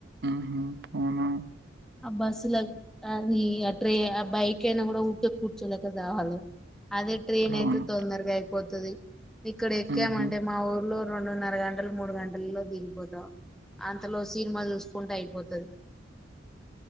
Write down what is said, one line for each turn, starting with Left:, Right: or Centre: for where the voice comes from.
Right: ఉహు అవునా
Centre: ఆ బస్ల లో అది ఆ ట్రే బైక్ ఏనా కూడా ఉకే కూర్చోలేక సావాలా అదే ట్రైన్
Right: అవును.
Centre: అయితే తొందరగా అయిపోతది ఇక్కడ ఎక్కామంటే
Right: హుహు.
Centre: మా ఊర్లో రెండున్నర గంటలు మూడు గంటలల్లో దిగిపోతాం అంతలో సినిమా చూసుకుంటే అయిపోతా మన్